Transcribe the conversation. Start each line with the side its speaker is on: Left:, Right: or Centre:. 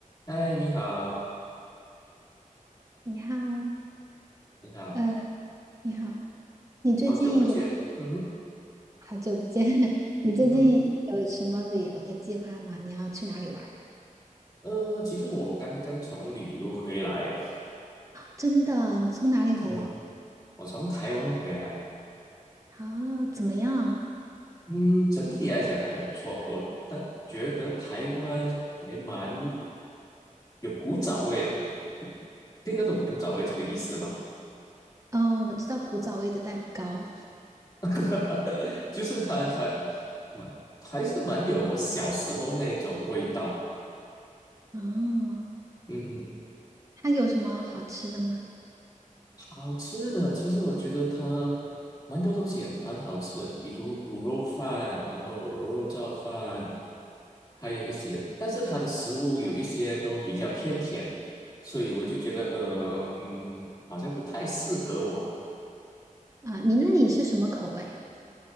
Left: 嗨，你好，
Right: 你好，
Left: 你好，
Right: 呃，你好，你最近有
Left: 好久不见。嗯哼，
Right: 好久不见，<laughs> 你最近有什么旅游的计划吗？
Left: 嗯哼，
Right: 你要去哪里玩儿呀？
Left: 呃，其实我刚刚从旅游回来，
Right: 真的，你从哪里回来？
Left: 真的，我从台湾回来，
Right: 哦，怎么样？
Left: 嗯，整体来讲还不错。我但觉得台湾还蛮有古早味的，听得懂古早味这个意思吗？
Right: 嗯，我知道古早味的蛋糕。
Left: <laughs> 就是它还蛮还是蛮有我小时候那种味道。
Right: 哦，
Left: 嗯
Right: 它有什么好吃的吗？
Left: 好吃的，其实我觉得它蛮多东西也蛮好吃的，比如卤肉饭，然后肉燥饭，还有一些，但是它的食物有一些都比较偏甜，所以我就觉得，呃，嗯，好像不太适合我。
Right: 啊，你那里是什么口味？